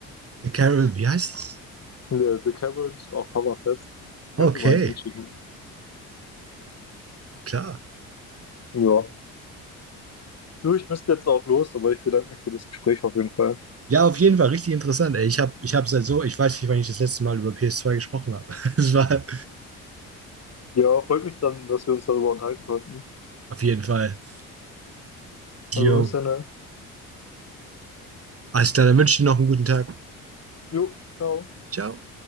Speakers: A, on the right; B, on the left.
A: Carol, wie heißt es?
B: The, The Caverns of Hammerfest.
A: Okay,
B: Könnt ihr mal einen Link schicken?
A: klar.
B: Ja. Du, ich müsste jetzt auch los, aber ich bedanke mich für das Gespräch auf jeden Fall.
A: Ja, auf jeden Fall richtig interessant. Ey. Ich habe, ich habe seit so, ich weiß nicht, wann ich das letzte Mal über PS2 gesprochen habe. <laughs> Es war
B: Ja, freut mich dann, dass wir uns darüber unterhalten konnten.
A: auf jeden Fall.
B: Also
A: Jo,
B: bis dann. ne?
A: alles klar, dann wünsche ich dir noch einen guten Tag.
B: Jo, ciao.
A: Ciao.